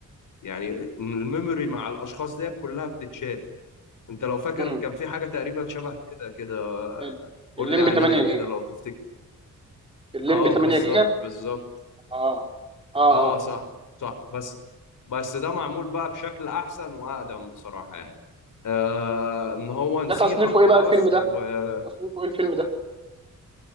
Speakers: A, on the left; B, on the right.
A: يعني الميموري مع الاشخاص ديت كلها بتتشال انت لو فاكر
B: امم
A: كان في حاجه تقريبا شبه كده كده
B: ال-
A: قول
B: الليمبي
A: لي عليها
B: 8
A: كده
B: جيجا
A: لو تفتكر
B: الليمبي
A: اه
B: 8
A: بالظبط
B: جيجا
A: بالظبط
B: اه اه
A: اه
B: اه
A: صح صح بس بس ده معمول بقى بشكل احسن واقدم بصراحه يعني آه ان هو
B: ده
A: نسيها
B: تصنيفه
A: خلاص
B: ايه بقى الفيلم ده
A: وكان
B: تصنيفه ايه الفيلم ده